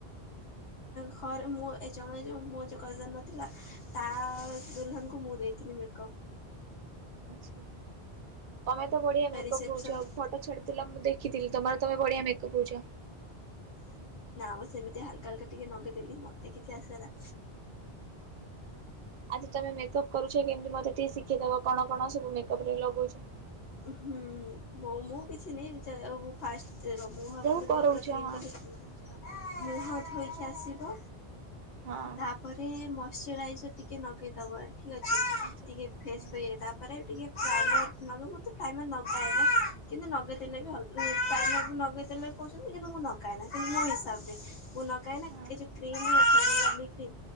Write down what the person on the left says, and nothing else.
ଘରେ ମୁଁ ଏ ଜଣେ ଯୋ ମୋ ଯୋଉ କଜନଥିଲା ତା ଦୁଲନଙ୍କୁ ମୁଁ ଦେଇଥିଲି ମେକଅପ୍
ରିସେପସନ୍
ନା ସେମିତି ହାଲକା ହଲକା ଟିକେ ନଗେଇଦେଲି ମତେ କିଛି ଆସେନା।
ହୁଁ ମୁଁ କିଛି ନ ଫା <unintelligible> ଦେଖ ମୁଁ ଭାବୁ
ଥିଲି
ଏଗୁଡା ପୁରା କ୍ଲିନ୍
କରିଥିବ। ମୁହଁ ଧୋଇକି ଆସିବ।
ତାପରେ ମ ମସ୍ଚୁରାଇଜର ଟିକେ ନଗେଇଦବ। ଠିକ୍ ଅଛି।
ଟିକେ ଫ୍ରେସ୍
ହେଯାଏ ତାପରେ ଟିକେ ପାର୍କ ନବ ମତେ। ମୁଁ ତ ପ୍ରାଇମର ନଗାଏନା। କିନ୍ତୁ ନଗେଇଦେଲେ ବି ଭଲ ପ୍ରାଇମର୍ ମୁଁ ନଗେଇଦେଲେ କହୁଛନ୍ତି କିନ୍ତୁ ମୁଁ ନଗାଏନା। କିନ୍ତୁ ମୋ ହିସାବରେ ମୁଁ ନଗା କାଇଁନା
ଏ ଯୋଉ କ୍ରିମ ଏଥେରେ ବିକ୍ରିମ୍।